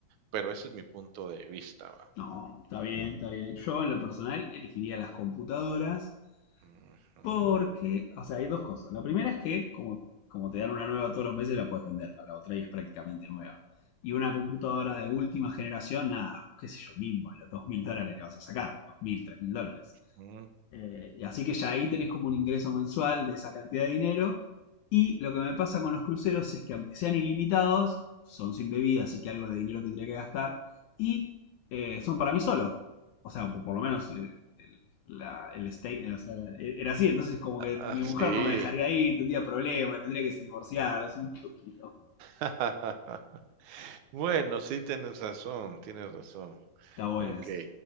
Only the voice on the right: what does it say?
pero ese es mi punto de vista, ¿va?
Ujú,
mm.
Ah,
sí.
<laughs> Bueno, sí tienes razón, tienes razón.
Okey,